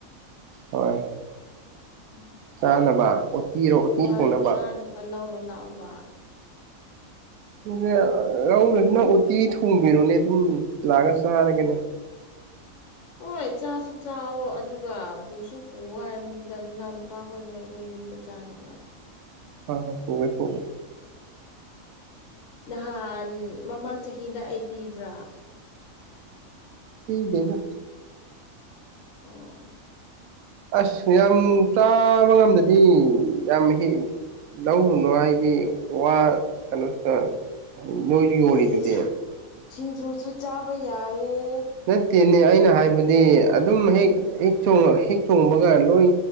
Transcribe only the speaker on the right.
ꯍꯣꯏ
ꯆꯥꯅꯕ ꯎꯇꯤꯔꯣ ꯎꯇꯤ
ꯊꯣꯡꯅꯕ
ꯗꯨꯗꯤ ꯂꯧꯗ꯭ꯔꯁꯨ ꯅꯪ ꯎꯇꯤ ꯊꯣꯡꯕꯤꯔꯣꯅꯦ ꯑꯗꯨꯝ ꯂꯥꯛꯑꯒ ꯆꯥꯔꯒꯦꯅꯦ
ꯍꯣꯏ ꯍꯣꯏ ꯄꯨꯒꯦ ꯄꯨꯒꯦ
ꯄꯤꯗꯦꯗ
ꯑꯁ ꯌꯥꯝ ꯆꯥꯕ ꯉꯝꯗꯗꯤ ꯌꯥꯝ ꯍꯦꯛ ꯂꯧꯔꯨꯅꯨ ꯍꯥꯏꯗꯤ ꯋꯥ ꯀꯩꯅꯣꯇ ꯅꯣꯏꯁꯨ
ꯌꯣꯜꯂꯤꯗꯨꯗꯤ
ꯅꯠꯇꯦꯅꯦ ꯑꯩꯅ ꯍꯥꯏꯕꯗꯤ ꯑꯗꯨꯝ
ꯍꯦꯛ ꯆꯣꯡ ꯍꯦꯛ ꯆꯣꯡꯕꯒ ꯂꯣꯏ